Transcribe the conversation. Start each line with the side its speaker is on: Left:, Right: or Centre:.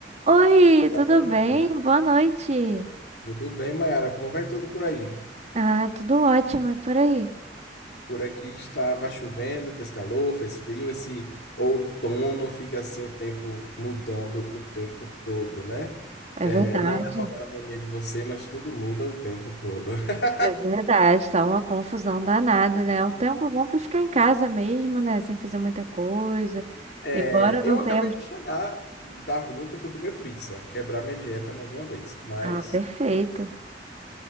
Right: Oi,
Left: Boa
Right: tudo
Left: noite.
Right: bem? Boa noite.
Left: Tudo bem, Mayara? Como vai tudo por aí?
Right: Ah, tudo ótimo, e por aí?
Left: Por aqui estava chovendo, fez calor, fez frio. Esse outono fica assim o tempo mudando o tempo todo, né?
Right: É
Left: É,
Right: verdade,
Left: não é novela mania de você, mas tudo muda o tempo todo. <laughs>
Right: é verdade, tá uma confusão danada, né? É Um tempo bom pra ficar em casa mesmo, né? Sem fazer muita coisa.
Left: É,
Right: Embora não
Left: eu acabei
Right: tenhamos.
Left: de chegar da rua que eu fui comer pizza, quebrar minha dieta mais uma vez. Mas
Right: Ah, perfeito.